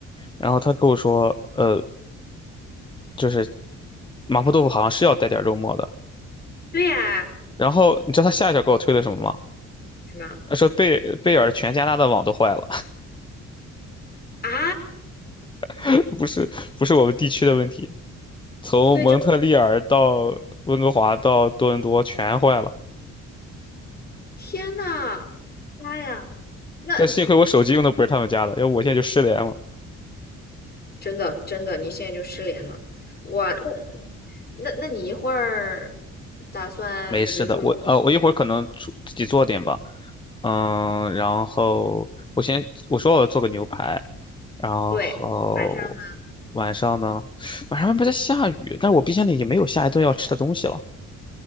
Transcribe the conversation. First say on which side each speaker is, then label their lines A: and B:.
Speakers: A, on the left; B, on the left.
A: 然后他跟我说，呃，就是麻婆豆腐好像是要带点肉末的。
B: 对呀，
A: 然后你知道他下一条给我推的什么吗？
B: 什么？
A: 他说贝贝尔全加拿大的网都坏了，
B: 啊，
A: <laughs> 不是不是我们地区的问题，从蒙特利尔到温哥华到多伦多全坏了。
B: 所以就是天呐，妈呀，那
A: 但幸亏我手机用的不是他们家的，要不我现在就失联了。
B: 真的真的，你现在就失联了。哇，那那那你一会儿打算，
A: 没事的，
B: 比如说如果
A: 我呃，我一会儿可能出自己做点吧，嗯，然后我先我说我要做个牛排，然后
B: 对晚上呢，
A: 晚上呢，<sucks teeth> 晚上外面在下雨，但是我冰箱里也没有下一顿要吃的东西了，